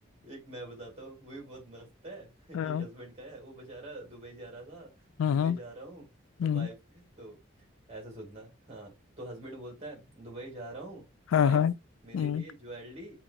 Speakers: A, on the right; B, on the left.
A: एक मैं बताता हूँ वो भी बहुत मस्त है <laughs> एक
B: हाँ
A: हस्बैंड का है वो बेचारा दुबई जा रहा था
B: हाँ
A: दुबई जा रहा हूँ
B: हम्म,
A: तो वाइफ तो ऐसा सुनना हाँ तो हस्बैंड बोलता है दुबई जा रहा हूँ
B: हाँ
A: वाइफ
B: हाँ
A: मेरे
B: हम्म,
A: लिए ज्वेलरी